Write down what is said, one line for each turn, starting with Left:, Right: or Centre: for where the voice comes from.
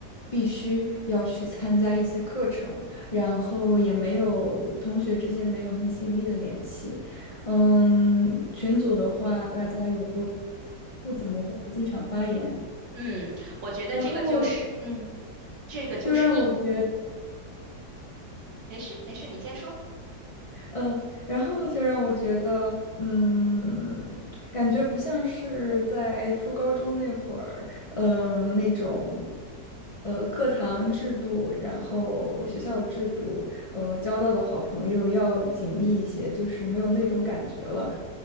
Left: 必须要去参加一些课程，然后也没有同学之间没有很紧密的联系，嗯，群组的话，大家也都不怎么会经常发言，
Right: 嗯，我觉得这个就是，
Left: 然后
Right: 嗯，这个就是一，
Left: 就让我觉，
Right: 没事没事，你先说。
Left: 嗯、然后就让我觉得，嗯，感觉不像是在初高中那会儿，嗯、那种，呃，课堂制度，然后学校的制度，呃，交到的好朋友要紧密一些，就是没有那种感觉了。